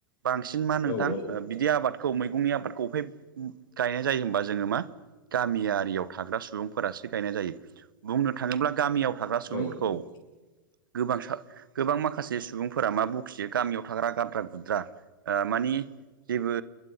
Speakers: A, on the right (about 85°); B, on the left (about 45°).
A: बांसिन मा नोंथां
B: औ औ
A: बिदि आबादखौ मैगंनि आबादखौ बै गायनाय जायो होनबा जोङो मा गामियारियाव थाग्रा सुबुंफोरासो गायनाय जायो। बुंनो थाङोब्ला गामियाव थाग्रा सुबुंफोरखौ
B: औ
A: गोबांसा गोबां माखासे सुबुंफोरा मा बखियो गामियाव थाग्रा गाद्रा गुद्रा ओ मानि जेबो